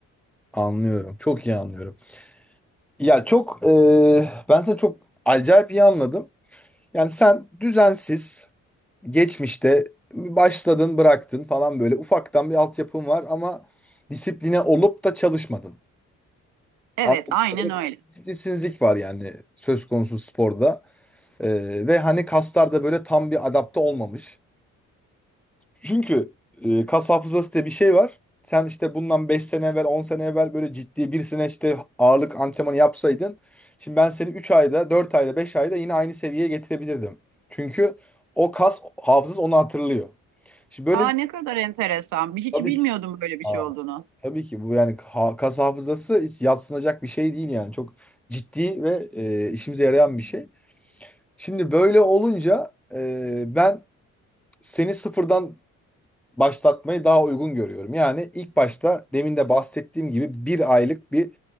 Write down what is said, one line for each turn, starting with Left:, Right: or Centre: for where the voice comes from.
Centre: Anlıyorum, çok iyi anlıyorum. Ya çok eee, ben seni çok acayip iyi anladım. Yani sen düzensiz geçmişte başladın bıraktın falan böyle ufaktan bir altyapın var ama disipline olup da çalışmadın.
Right: Evet
Centre: Anladığım
Right: aynen
Centre: kadarıyla
Right: öyle.
Centre: bir Disiplinsizlik var yani söz konusu sporda Eee, ve hani kaslar da böyle tam bir adapte olmamış. Çünkü e, kas hafızası diye bir şey var. Sen işte bundan 5 sene evvel, 10 sene evvel böyle ciddi bir sene işte ağırlık antrenmanı yapsaydın. Şimdi ben seni 3 ayda, 4 ayda, 5 ayda yine aynı seviyeye getirebilirdim. Çünkü o kas hafızası onu hatırlıyor. Şimdi böyle
Right: Aa
Centre: bir
Right: ne
Centre: şey
Right: kadar enteresan. Hiç
Centre: tabii
Right: bilmiyordum
Centre: ki
Right: böyle bir
Centre: Aa,
Right: şey olduğunu.
Centre: tabii ki bu yani ha- kas hafızası hiç yadsınacak bir şey değil yani. Çok ciddi ve e, işimize yarayan bir şey. Şimdi böyle olunca e, ben seni sıfırdan başlatmayı daha uygun görüyorum. Yani ilk başta demin de bahsettiğim gibi bir aylık bir